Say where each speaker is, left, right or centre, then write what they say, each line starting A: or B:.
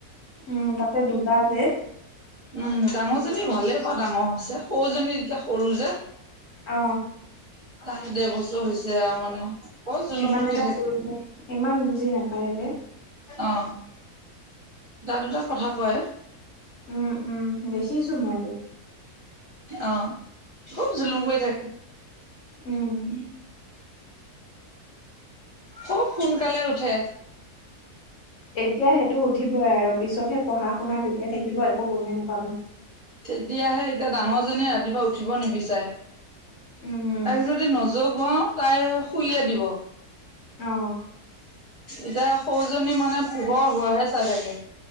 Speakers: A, on the left (about 60°); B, on the right (about 25°).
A: উম তপ দুটা যে
B: উম ডাঙৰ জনী ভালে বা ডাঙৰ আছে সৰুজনী যেতিয়া সৰু যে
A: অ
B: তাহে দেৰ বছৰ হৈছে আৰু মানে বৰ জুলুম
A: ইমান
B: কৰি
A: এটা
B: থাকে
A: কৰিলে ইমান বুজি নাপায় যে
B: অ দা দুটা কথা কয়
A: উম উম দেখিছো মই
B: অ খুব জুলুম কৰি থাকে
A: উম
B: খুব সোনকালে উঠে
A: এতিয়া সেইটো উঠিবই আৰু পিছতহে পঢ়া শুনা তেতিয়া থাকিব একো গমেই নাপাব
B: এতিয়াহে এতিয়া ডাঙৰ জীয়ে ৰাতিপুৱা উঠিব নিবিচাৰে
A: উম
B: তাইক যদি নজগুৱাও তাই শুই দিব
A: অ
B: এতিয়া সৰুজনী মানে পোহৰ হোৱাহে চাই থাকে